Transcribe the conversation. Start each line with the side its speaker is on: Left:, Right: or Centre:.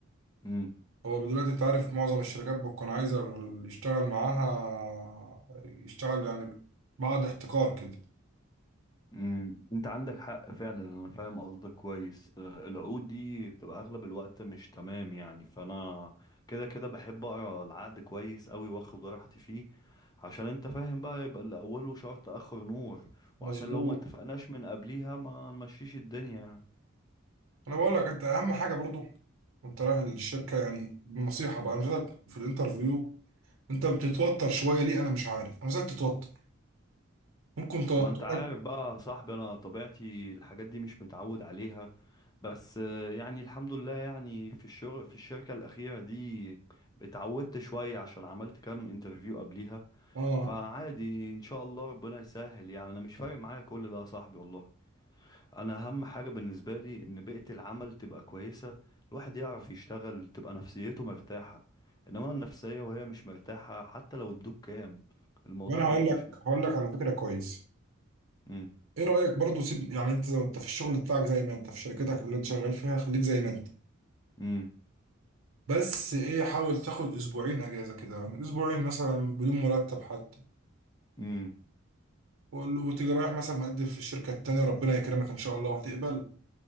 Left: امم.
Right: هو دلوقتي انت عارف معظم الشركات بتكون عايزة اللي يشتغل معاها يشتغل يعني بعد احتكار كده
Left: امم انت عندك حق فعلا انا فاهم قصدك كويس آه، العقود دي بتبقى اغلب الوقت مش تمام يعني فانا كده كده بحب اقرا العقد كويس قوي واخد راحتي فيه عشان انت فاهم بقى يبقى اللي اوله شرط اخره نور
Right: مظبوط
Left: وعشان لو ما اتفقناش من قبليها ما نمشيش الدنيا يعني.
Right: انا بقول لك انت اهم حاجة برضو وانت رايح الشركة يعني نصيحة بقى انا شايفك في الانترفيو انت بتتوتر شوية ليه انا مش عارف انا زيك تتوتر ممكن توترك
Left: ما انت عارف بقى يا صاحبي انا طبيعتي الحاجات دي مش متعود عليها بس آه، يعني الحمد لله يعني في الشغل في الشركة الأخيرة دي اتعودت شوية عشان عملت كام انترفيو قبليها
Right: اه
Left: فعادي ان شاء الله ربنا يسهل يعني انا مش فارق معايا كل ده يا صاحبي والله انا اهم حاجة بالنسبة لي ان بيئة العمل تبقى كويسة الواحد يعرف يشتغل تبقى نفسيته مرتاحة انما النفسية وهي مش مرتاحة حتى لو ادوك كام الموضوع
Right: وانا
Left: هيبقى
Right: هقول لك
Left: مش مستاهل
Right: هقول لك على فكرة كويس
Left: امم
Right: ايه رأيك برضو سيب يعني انت لو انت في الشغل بتاعك زي ما انت في شركتك اللي انت شغال فيها خليك زي ما انت
Left: امم
Right: بس ايه حاول تاخد اسبوعين اجازة كده يعني اسبوعين مثلا بدون مرتب حتى
Left: امم
Right: وقول له وتيجي رايح مثلا مقدم في الشركة التانية ربنا يكرمك ان شاء الله وهتقبل